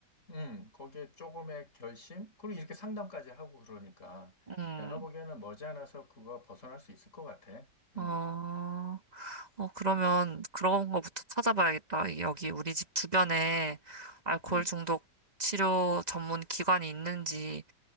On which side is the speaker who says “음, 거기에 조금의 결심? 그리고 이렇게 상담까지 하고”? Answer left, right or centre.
Left